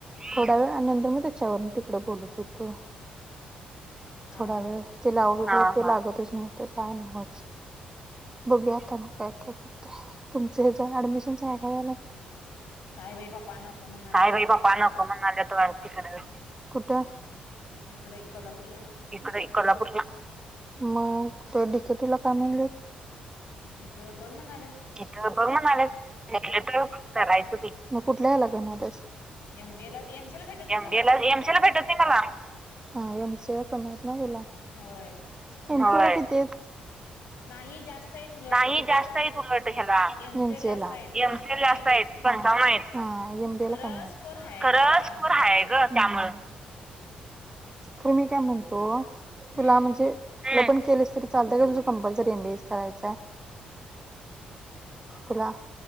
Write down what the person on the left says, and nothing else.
हा
हा
काय बाई बाप्पा नको म्हणाल्यात
वाट
तिकडं
इकडे कोल्हापूरला.
इथ बघ म
एमबीए ला एमसीए ला भेटत नाही
मला
होय
नाही जास्त. आहेत उलट
ह्याला
एमसीए
ला जास्त
आहेत पंचावन्न
खरं
स्कोर हाय
ग त्यामुळं
हम्म